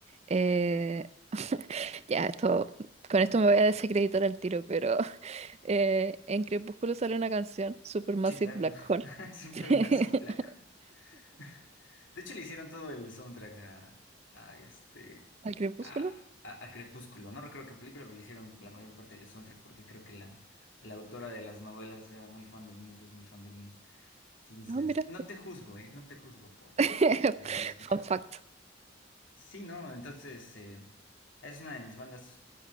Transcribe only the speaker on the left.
Sí, claro,
<laughs> Supermassive
Black. <laughs> De hecho, le hicieron todo el soundtrack a, a este
a, a- a Crepúsculo. No recuerdo qué película, pero le hicieron la mayor parte del soundtrack porque creo que la, la autora de las novelas era muy fan de Muse, es muy fan de Muse. Entonces,
no te juzgo, ¿eh? No te juzgo por
haberla escuchado
ahí. Sí, ¿no? Entonces, eh, es una de mis bandas